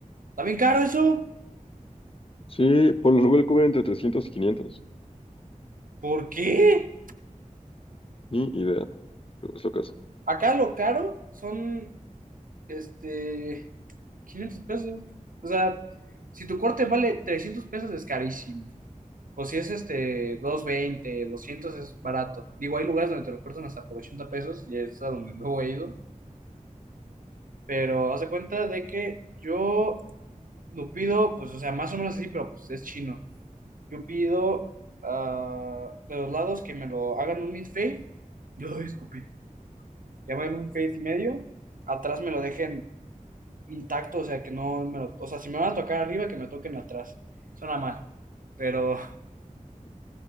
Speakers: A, on the right; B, on the left.
A: ¿Está bien caro eso?
B: Sí, por lo regular cobran entre 300 y 500.
A: ¿Por qué?
B: Ni idea, pero es lo que hacen.
A: Acá lo caro son, este, 500 pesos. O sea, si tu corte vale 300 pesos es carísimo. O si es, este, doscientos veinte doscientos es barato. Digo, hay lugares donde te lo cortan hasta por 80 pesos y es a donde luego he ido Pero haz de cuenta de que yo lo pido, pues, o sea, más o menos así, pero pues es chino. Yo pido ah, de los lados que me lo hagan un mid-fade. Yo escupí. Que me hagan un fade medio. Atrás me lo dejen intacto, o sea, que no me lo... O sea, si me van a tocar arriba, que me toquen atrás. Suena mal, pero,